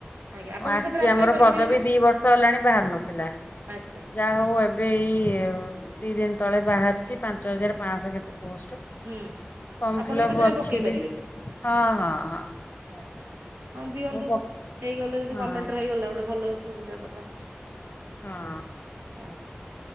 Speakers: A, on the right; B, on the left.
A: ଆଜ୍ଞା ଆପଣ ବି
B: ଆସିଛି
A: ସେଥିରେ ଆପ୍ଲାଏ
B: ଆମର
A: କରିପାରିବେ
B: ପଦବୀ
A: ନା
B: ଦି ବର୍ଷ ହେଲାଣି ବାହାରୁ ନଥିଲା।
A: ଆଚ୍ଛା
B: ଯାହା ହଉ ଏବେ ଏଇ ଦି ଦିନ ତଳେ ବାହାରିଛି ପାଞ୍ଚ ହଜାର ପାଞ୍ଚଶହ କେତେ ପୋଷ୍ଟ।
A: ହୁଁ
B: ଫର୍ମ
A: ଆପଣ
B: ଫିଲପ୍
A: ବି ସେଥିରେ
B: ଅଛି
A: ପକେଇ ପାରିବେ।
B: ବି ହଁ ହଁ ହଁ।
A: ଆଚ୍ଛା ହଁ ଦିଅନ୍ତୁ
B: ମୁଁ ପ
A: ହେଇଗଲେ ଯଦି
B: ହଁ
A: ଗମେଣ୍ଟ୍ ହେଇଗଲା ଗୋଟେ ଭଲ ସୁବିଧା କଥା।
B: ହଁ।
A: ଆଜ୍ଞା